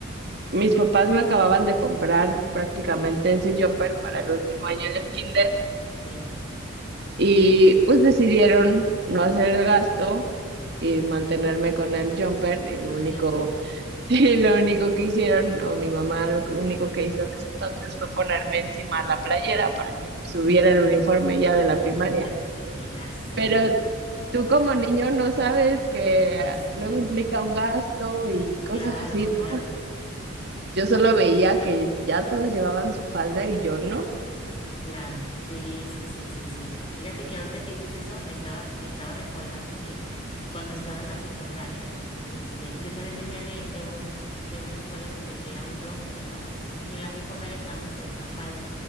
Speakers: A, on the right; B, on the left.
A: Mis papás me acababan de comprar prácticamente ese jumper para el último año del kinder
B: sí.
A: Y pues decidieron no hacer el gasto y mantenerme con el jumper y lo
B: Ah,
A: único,
B: ya sé.
A: <laughs> y lo único que hicieron, o mi mamá lo que- único que hizo en ese entonces fue ponerme encima la playera para que subiera el uniforme ya de
B: Sí,
A: la primaria.
B: ah, ya sé, ya sé.
A: Pero tú como niño no sabes que
B: Ay, sí,
A: luego implica un gasto y cosas
B: claro,
A: así, ¿no?
B: claro.
A: Yo solo veía que ya todas llevaban su falda y yo no.
B: Claro, sí, sí, sí, sí, sí. Fíjate que ahorita que dices eso, me estaba, estaba recordando que cuando estaba en la secundaria, este, yo también venía de, de un, de una escuela donde era un jumper, ¿no? Y en la secundaria nada más era una falda.